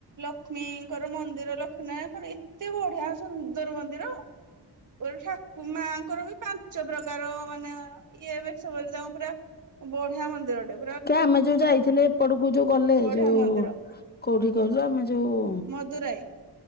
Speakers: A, on the right; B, on the left.
A: ଲକ୍ଷ୍ମୀଙ୍କର ମନ୍ଦିର ଲକ୍ଷ୍ମନା କଣ ଏତେ ବଢିଆ ସୁନ୍ଦର ମନ୍ଦିର। ଗୋଟେ ଠାକୁ ମାଙ୍କର ବି ପାଞ୍ଚ ପ୍ରକାର ମାନେ ଇଏ ବେଶ ବୋଲି ତାଙ୍କୁ ପୁରା ବଢିଆ ମନ୍ଦିର ରଟେ
B: କି ଆମେ ଯୋଉ ଯାଇଥିଲେ ଏପଟକୁ ଯୋଉ ଗଲେ
A: ବଢିଆ
B: ଯୋଉ
A: ମନ୍ଦିର
B: କୋଉଠି କହିଲ ଆମେ ଯୋଉ
A: ମଦୁରାଇ